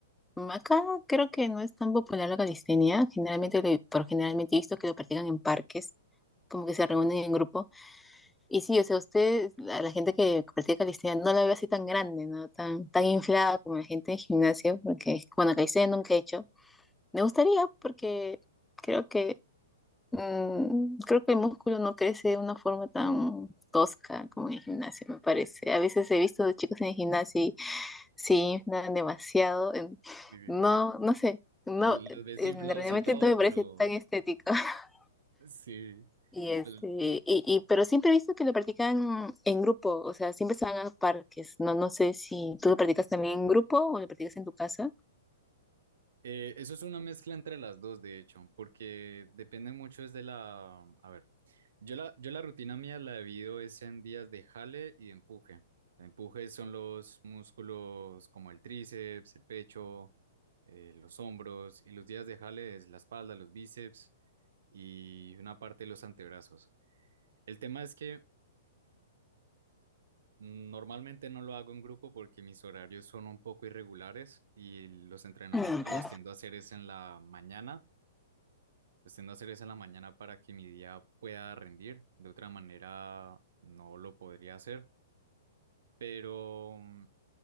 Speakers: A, in the centre; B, on the right (about 75°).
A: mm, acá creo que no es tan popular la calistenia. Generalmente, lo- por generalmente he visto que lo practican en parques, como que se reúnen en grupo. Y sí, o sea, usted, a la gente que practica calistenia, no la veo así tan grande, ¿no? Tan, tan inflada como la gente en gimnasio, porque, bueno, calistenia nunca he hecho. Me gustaría porque creo que Mm, creo que el músculo no crece de una forma tan tosca como en el gimnasio, me parece. A veces he visto de chicos en el gimnasio y se inflan demasiado. en-
B: Sí,
A: No, no sé, no,
B: los, los ves
A: en-
B: inflados
A: realmente
B: y todo,
A: no me
B: pero
A: parece tan estético. <laughs>
B: sí.
A: Y este,
B: Los,
A: y, y- pero siempre he visto que lo practican en grupo, o sea, siempre se van a parques. No, no sé si tú lo practicas también en grupo o lo practicas en tu casa.
B: Eh, eso es una mezcla entre las dos, de hecho, porque depende mucho es de la... A ver, yo la, yo la rutina mía la divido es en días de jale y de empuje. Empuje son los músculos como el tríceps, el pecho, eh, los hombros, y los días de jale es la espalda, los bíceps y una parte de los antebrazos. El tema es que mm, normalmente no lo hago en grupo porque mis horarios son un poco irregulares y los entrenamientos
A: Nunca.
B: los tiendo a hacer es en la mañana Pues tiendo a hacer eso en la mañana para que mi día pueda rendir. De otra manera, no lo podría hacer. Pero, mm,